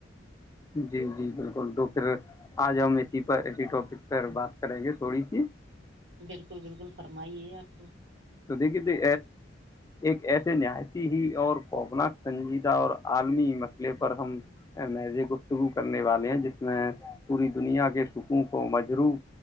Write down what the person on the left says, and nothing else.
جی جی بالکل تو پھر آج ہم اسی پر اسی ٹاپک پر بات کریں گے تھوڑی سی
تو دیکھیے ایک ایسے نہایتی ہی اور کووپناک سنجیدہ اور عالمی مسئلے پر ہم میز گفتگو کرنے والے ہیں جس میں پوری دنیا کے سکوں کو مجرو